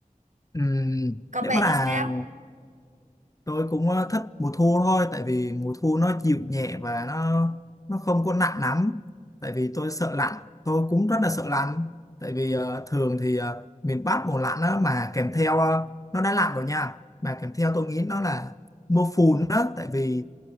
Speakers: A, on the left; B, on the right.
A: Ừm,
B: còn
A: nếu
B: bạn
A: mà
B: thì sao
A: tôi cũng ờ, thích mùa thu thôi tại vì mùa thu nó dịu nhẹ và nó nó không có nặng lắm. Tại vì tôi sợ lạnh, tôi cũng rất là sợ lạnh. Tại vì ờ, thường thì ờ, miền Bắc mùa lạnh đó mà kèm theo ờ, nó đã lạnh rồi nha. Mà kèm theo tôi nghĩ nó là mưa phùn đó tại vì